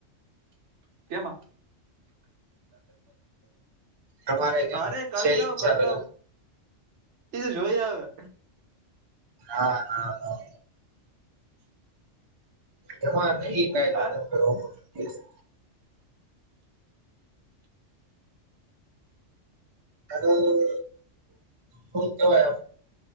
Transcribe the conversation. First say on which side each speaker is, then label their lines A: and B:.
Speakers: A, on the right (about 70°); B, on the right (about 30°).
A: કેમાં?
B: તમારે્યા
A: અરે કરી
B: છે
A: લઉ
B: ચાલે?
A: કરી લઉ એ તો જોઈ અવે.
B: ના ના ના એમાં નહી કઈ લ હ
A: અરે
B: ઠી છે. કારણ શું કહેવાય